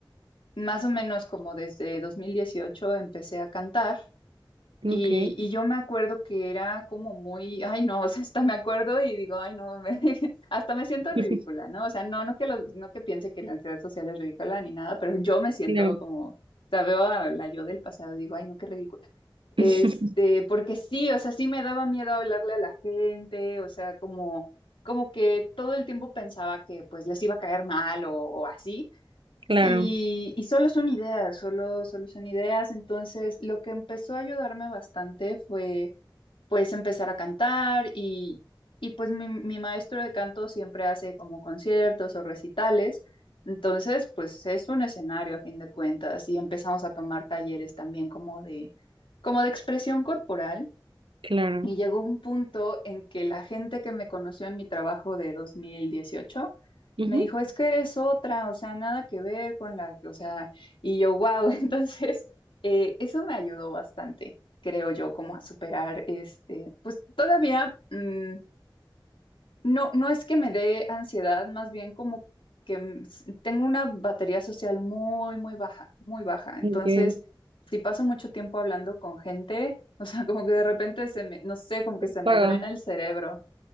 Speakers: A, on the left; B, on the right.
A: más o menos como desde 2018 empecé a cantar. Y,
B: ok.
A: y yo me acuerdo que era como muy, ay no, <laughs> o sea, hasta me acuerdo y digo, ay no, me- <laughs> hasta me siento
B: <laughs>
A: ridícula, ¿no? O sea, no, no que los, no que piense que la ansiedad social es ridícula ni nada, pero yo me siento
B: Claro.
A: como, o sea, veo a la yo del pasado y digo, ay no, qué ridícula. Este,
B: <laughs>
A: porque sí, o sea, sí me daba miedo hablarle a la gente, o sea, como, como que todo el tiempo pensaba que pues les iba a caer mal o, o así.
B: Claro,
A: Y, y solo son ideas, solo, solo son ideas. Entonces, lo que empezó a ayudarme bastante fue pues empezar a cantar y, y pues mi, mi maestro de canto siempre hace como conciertos o recitales. Entonces, pues es un escenario a fin de cuentas y empezamos a tomar talleres también como de, como de expresión corporal.
B: claro.
A: Y llegó un punto en que la gente que me conoció en mi trabajo de 2018
B: Ujú.
A: me dijo, es que eres otra, o sea, nada que ver con la, o sea, y yo, wow, <laughs> entonces eh, eso me ayudó bastante, creo yo, como a superar este, pues todavía, mm, no, no es que me dé ansiedad, más bien como que m- s- tengo una batería social muy, muy baja, muy baja. Entonces,
B: Ok.
A: si paso mucho tiempo hablando con gente, <laughs> o sea, como que de repente se me, no sé, como que se me
B: Paga.
A: drena el cerebro.